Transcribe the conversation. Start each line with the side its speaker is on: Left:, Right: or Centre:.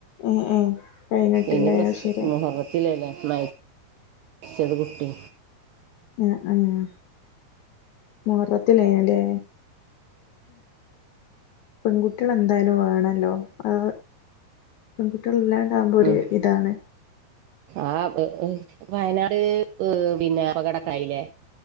Left: ഏഹ് ഏഹ് പൈനെട്ടില്ലേ
Right: ഇനി പ്രസ
Left: അത് ശരി
Right: മൊഹബത്തില്ലല്ലേ ന സദ്ഗുട്ടി
Left: അഹ് ആഹ് മൊഹറത്തി ലൈനല്ലേ പെൺകുട്ടികൾ എന്തായാലും വേണല്ലോ ആ പെൺകുട്ടി ഇല്ലാണ്ടാകുമ്പോ ഒരു
Right: ഉം
Left: ഇതാണ്
Right: ആ <unintelligible> വയനാട് ഏ പിന്നെ അപകടക്കായില്ലേ